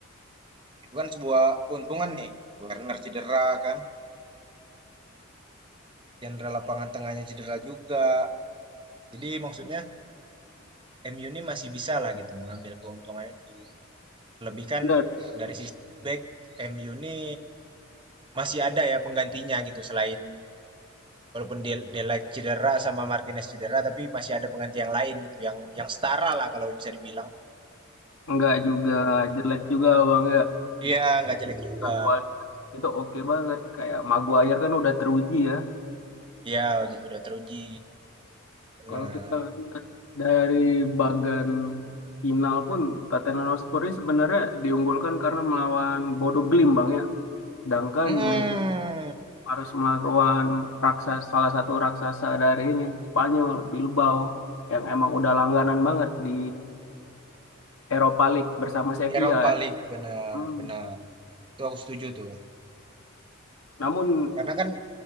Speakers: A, on the right; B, on the left.
A: Itu kan sebuah keuntungan nih. Werner cedera kan, jenderal lapangan tengahnya cedera juga. Jadi maksudnya MU ini masih bisa lah gitu mengambil keuntungan itu. Terlebih kan
B: Bener.
A: dari sisi back MU ini masih ada ya penggantinya gitu selain Walaupun Del Delight cedera sama Martinez cedera, tapi masih ada pengganti yang lain gitu, yang yang setara lah kalau bisa dibilang.
B: Nggak juga jelek juga Bang ya.
A: Iya, nggak jelek juga.
B: Kualitas itu oke banget. Kayak Maguire kan udah teruji ya.
A: Iya, udah teruji. Benar.
B: Kalau kita lihat dari bagan final pun Tottenham Hotspur ini sebenarnya diunggulkan karena melawan Bodo Glimt Bang ya. Sedangkan
A: Hmm,
B: Man- harus melawan raksasa salah satu raksasa dari ini Spanyol Bilbao yang emang udah langganan banget di Europa League bersama Sevilla
A: Eropa
B: ya.
A: League, benar,
B: Hmm.
A: benar. Itu aku setuju tuh.
B: Namun
A: Karena kan